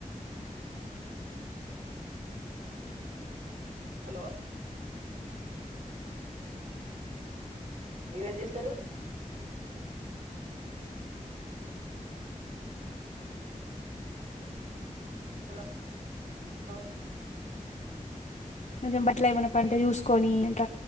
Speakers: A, on the right; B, on the left.
A: హలో మీరేం జేస్తరు హలో ఒ
B: నిజం బట్ల ఏమైనా పంట
A: ఆ,
B: చూసుకొని త